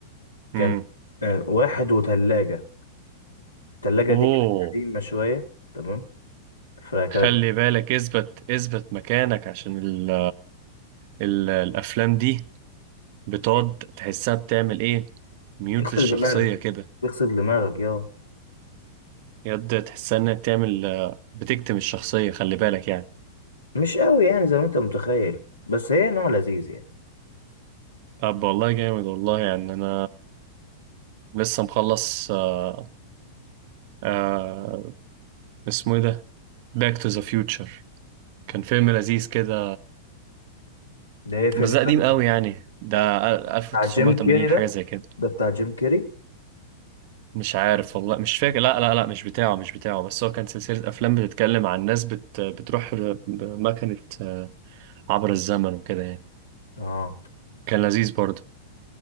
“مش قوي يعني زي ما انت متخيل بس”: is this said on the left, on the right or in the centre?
Left